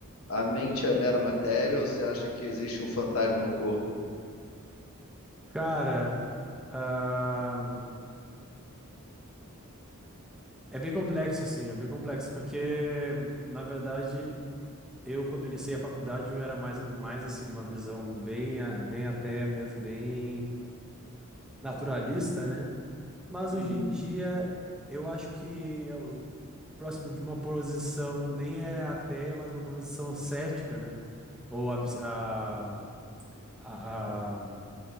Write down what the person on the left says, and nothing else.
a mente é mera matéria ou você acha que existe um fantasma no corpo?
Uhum.